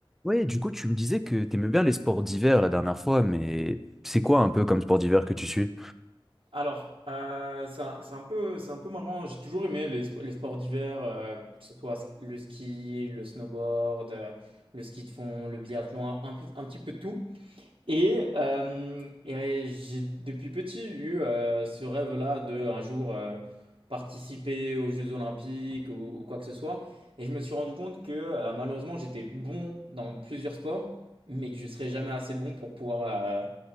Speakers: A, in the centre; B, on the right (about 65°).
A: Oui, du coup, tu me disais que t'aimais bien les sports d'hiver la dernière fois, mais c'est quoi un peu comme sport d'hiver que tu suis?
B: Alors, euh, c'est un, c'est un peu, c'est un peu marrant. J'ai toujours aimé les, spo- les sports d'hiver, euh, que ce soit sk- le ski, le snowboard, euh, le ski de fond, le biathlon, un, peu- un petit peu de tout. Et, euh, et j'ai depuis petit eu euh, ce rêve-là de un jour euh, participer aux Jeux Olympiques ou, ou quoi que ce soit. Et je me suis rendu compte que euh, malheureusement j'étais bon dans plusieurs sports, mais que je serais jamais assez bon pour pouvoir euh,